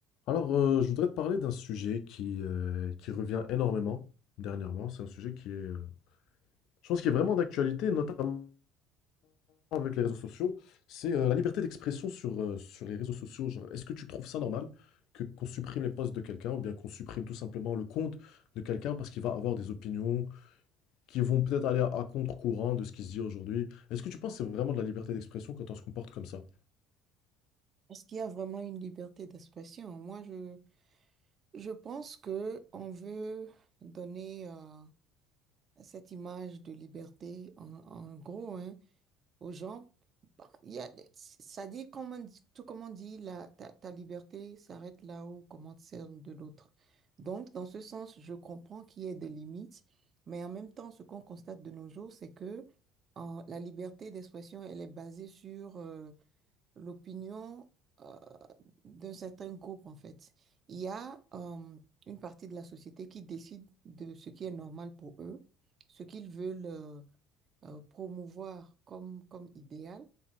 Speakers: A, on the left; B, on the right.
A: Alors, euh, je voudrais te parler d'un sujet qui, euh, qui revient énormément dernièrement. C'est un sujet qui est, euh, je pense, qui est vraiment d'actualité, notamment avec les réseaux sociaux. C'est euh, la liberté d'expression sur, euh, sur les réseaux sociaux. Genre, est-ce que tu trouves ça normal que qu'on supprime les posts de quelqu'un ou bien qu'on supprime tout simplement le compte de quelqu'un parce qu'il va avoir des opinions qui vont peut-être aller à, à contre-courant de ce qui se dit aujourd'hui? Est-ce que tu penses que c'est vraiment de la liberté d'expression quand on se comporte comme ça?
B: Est-ce qu'il y a vraiment une liberté d'expression? Moi, je, je pense que on veut donner euh, cette image de liberté en, en gros hein, aux gens. Bah, il y a, ça dit, comme on dit- tout comme on dit, la, ta, ta liberté s'arrête là où commence celle de l'autre. Donc, dans ce sens, je comprends qu'il y ait des limites, mais en même temps, ce qu'on constate de nos jours, c'est que euh, la liberté d'expression, elle est basée sur euh, l'opinion. euh, d'un certain groupe, en fait. Il y a euh, une partie de la société qui décide de ce qui est normal pour eux, ce qu'ils veulent euh, euh, promouvoir comme, comme idéal.